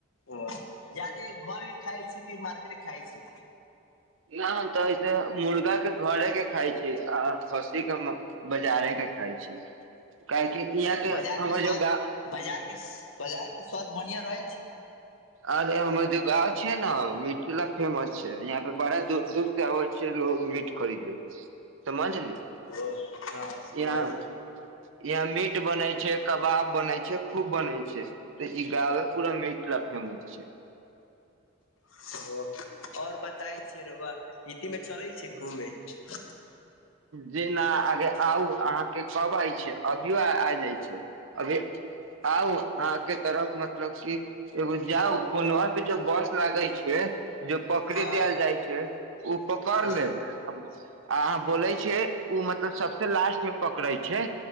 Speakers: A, on the left (about 80°); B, on the right (about 75°).
A: ओ जादे घरके खाइ छै कि मार्केट खाइ छै।
B: नहि हम तऽसे मुर्गा के घरे के खााय छी आ खसी के बजारे के खााय छी काहेकि। यहाँ
A: तऽ
B: के
A: बाजार
B: हमर
A: मे स्वाद
B: जो गाँव
A: बाजार के बाजार के- स्वाद बढ़िया रहै छै। ी। <unintelligible>
B: अरे हमर जो गाँव छै ने मीट फेमस छै यहााँ परे बड़ा दुःख से आबै छै लोग मीट खरीदो समझली।
A: ओ हँ समाज।
B: यहाँ यहाँ मीट बनै छै कबाब बने छै खूब बने छै ते ई गावे पूरा मिट फेमस छै।
A: <unintelligible>
B: जे ना अगे आउ अहाँके कब आइ छे अभियो आ जाइ छै अभे आउ अहाँके तरफ मतलब क एगो जाउ कोनो पे जो बस लागे छै जो पकड़े
A: हँ
B: देल जाइ छै। ऊ पकड़
A: हँ
B: ले आ आ अहाँ बोले छै उ मतलब सबस लास्ट में पकड़े छै